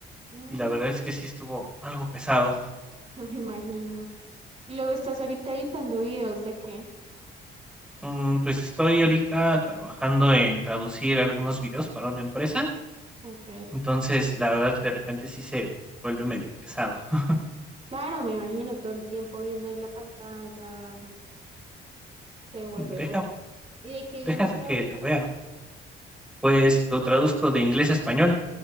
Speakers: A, on the right; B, in the centre.
A: Mm,
B: y la verdad es que sí estuvo algo pesado.
A: <laughs> me imagino. Y luego estás ahorita editando videos de qué.
B: Mm, pues estoy ahorita trabajando en traducir algunos videos para una empresa,
A: Ok.
B: entonces la verdad de repente sí se vuelve medio pesado. <laughs>
A: Claro, me imagino, todo el tiempo viendo ahí la pantalla, te vuelve
B: Deja,
A: loco. ¿Y de qué
B: déjate
A: idioma traduces?
B: que lo vea. Pues lo traduzco de inglés a español.